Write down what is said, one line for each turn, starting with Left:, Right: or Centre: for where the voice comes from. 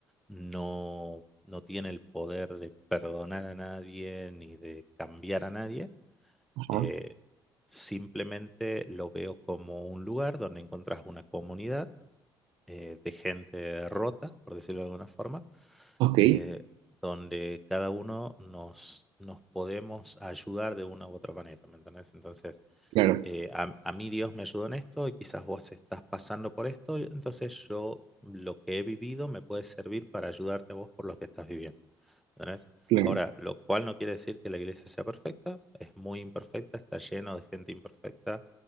Centre: no, no tiene el poder de perdonar a nadie ni de cambiar a nadie.
Right: ajá,
Centre: eh, simplemente lo veo como un lugar donde encontrás una comunidad eh, de gente rota, por decirlo de alguna forma,
Right: ok,
Centre: eh, donde cada uno nos, nos podemos ayudar de una u otra manera, ¿me entendés? Entonces,
Right: claro,
Centre: eh, a, a mí Dios me ayudó en esto y quizás vos estás pasando por esto, entonces yo lo que he vivido me puede servir para ayudarte a vos por lo que estás viviendo. ¿entendés?
Right: claro,
Centre: Ahora, lo cual no quiere decir que la iglesia sea perfecta, es muy imperfecta, está lleno de gente imperfecta,